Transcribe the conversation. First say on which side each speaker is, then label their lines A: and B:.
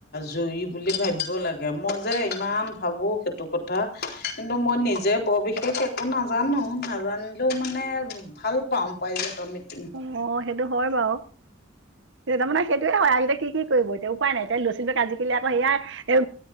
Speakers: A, on the left; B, on the right.
A: জৰুৰী বুলি ভাবিব লাগে মই যে ইমান ভাবোঁ সেইটো কথা কিন্তু মই নিজে বৰ বিশেষ একো নাজানো নাজানিলেও মানে ভাল পাওঁ পাৰজাত মিটিং
B: অ সেইটো হয় বাৰু তাৰ মানে সেইটোয়ে হয় আজি কি কি কৰিব এতিয়া উপায় নাই <unintelligible> আজিকি আকৌ সেয়াই এই